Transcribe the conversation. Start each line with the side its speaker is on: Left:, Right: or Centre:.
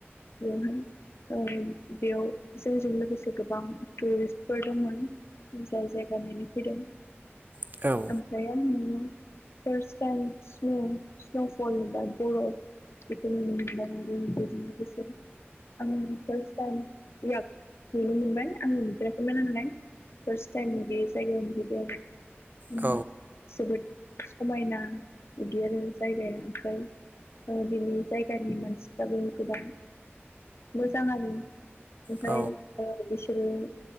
Left: <unintelligible> ओ बेयाव जोंजों लोगोसे गोबां टुरिस्टफोर दंमोन। जाय जायगा नायनो फैदों।
Right: औ
Left: <unintelligible> फार्स्ट टाइम स्न स्न'फल एबा बरफ। <unintelligible> आं फार्स थाइम इयाग नुनो मोनबाय आं नुफेराखैमोन नालाय। फास्ट टाइम बे जाइगायाव नुहैबाय आं। जोबोद
Right: औ
Left: समायना बिदि आरो जायगाया ओमफ्राय ओ बिनि जायगानि मानसिफ्राबो गोबां मोजां आरो। ओमफ्राय
Right: औ
Left: बिसोरो